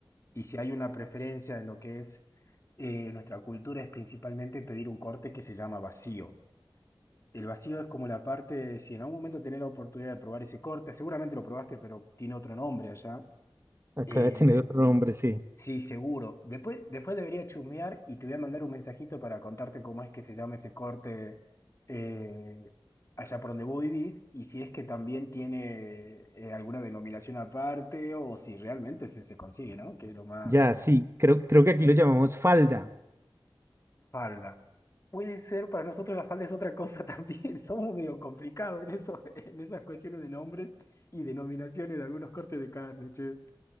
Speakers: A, on the left; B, on the right.
A: Y si hay una preferencia en lo que es eh, nuestra cultura es principalmente pedir un corte que se llama vacío. El vacío es como la parte, si en algún momento tenés la oportunidad de probar ese corte, seguramente lo probaste, pero tiene otro nombre allá.
B: Acá
A: eh,
B: de tener otro nombre, sí.
A: Sí, seguro. Después, después debería chusmear y te voy a mandar un mensajito para contarte cómo es que se llama ese corte eh, allá por donde vos vivís y si es que también tiene eh, alguna denominación aparte o si realmente se, se consigue, ¿no? Que es lo más
B: Ya, sí, creo, creo que aquí lo llamamos falda.
A: falda. Puede ser, para nosotros la falda es otra cosa también. <laughs> Somos medio complicados en eso, en esas cuestiones de nombres y denominaciones de algunos cortes de carne, che.